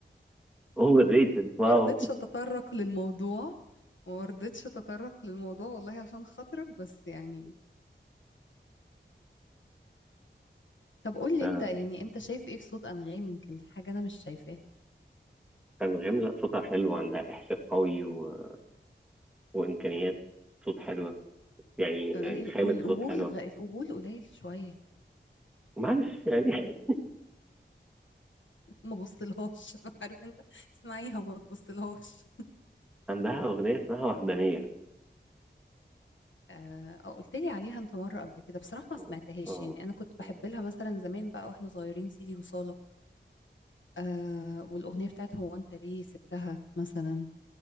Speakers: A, in the centre; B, on the left.
A: اوفر ريتد واو
B: ما رضيتش اتطرق للموضوع وما رضيتش اتطرق للموضوع والله عشان خاطرك بس يعني طب قول لي
A: آه.
B: انت يعني انت شايف ايه في صوت انغام يمكن حاجه انا مش شايفاها
A: انغام لا صوتها حلو عندها احساس قوي و... وامكانيات صوت حلوه يعني يعني
B: أه،
A: خامه
B: القبول
A: صوت حلوه
B: غ... القبول قليل شويه
A: معلش يعني
B: ما بصلهاش <laughs> عارف انت اسمعيها وما تبصلهاش
A: <laughs> عندها اغنيه اسمها وحدانيه
B: آه، آه، قلت لي عليها انت مره قبل كده بصراحه ما
A: اه
B: سمعتهاش
A: اه
B: يعني انا كنت بحب
A: آه.
B: لها مثلا زمان بقى واحنا صغيرين سيدي وصالك آه والاغنيه بتاعت هو انت ليه سبتها مثلا